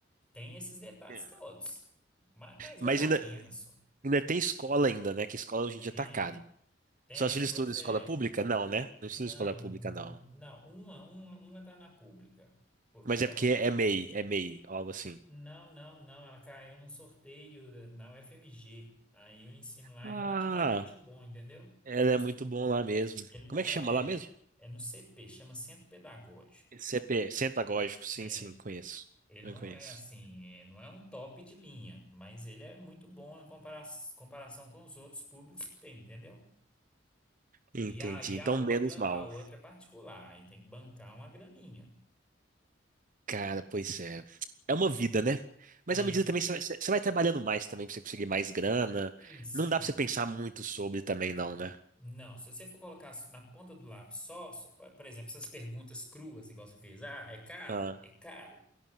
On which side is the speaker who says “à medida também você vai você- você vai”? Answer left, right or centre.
Right